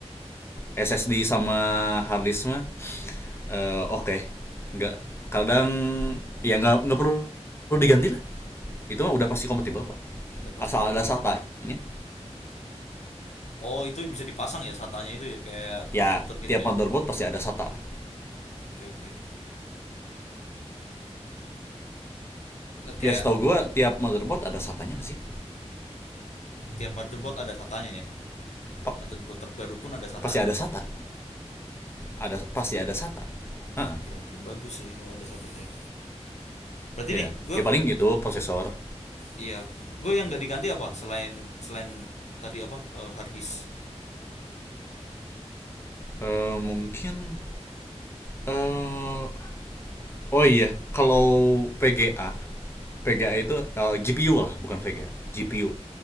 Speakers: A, on the left; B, on the left.
A: SSD sama hard mah eh, oke, okay. nggak kadang ya nggak nggak perlu, perlu diganti lah. Itu mah udah pasti kompatibel kok.
B: Udah pasti
A: Asal
B: ya.
A: ada SATA-nya.
B: Oh, itu bisa dipasang ya satanya itu ya kayak
A: Ya
B: konverter gitu
A: tiap
B: ya.
A: motherboard pasti ada SATA lah.
B: Oke, oke. Kayak
A: Ya setahu gue tiap motherboard ada SATA-nya nggak sih?
B: tiap motherboard ada satanya ya.
A: Pa-
B: Motherboard terbaru pun ada satanya
A: pasti ada
B: ya.
A: SATA. Ada pasti ada SATA. Heeh,
B: Oke, oke. Bagus sih kalau ada SATA sih. Berarti
A: iya.
B: nih, gue
A: Ya paling itu prosesor.
B: iya, gue yang nggak diganti apa selain selain tadi apa eh, hard disk.
A: Eh, mungkin eh Oh iya, kalau PGA, PGA itu eh, GPU lah, bukan VGA, GPU,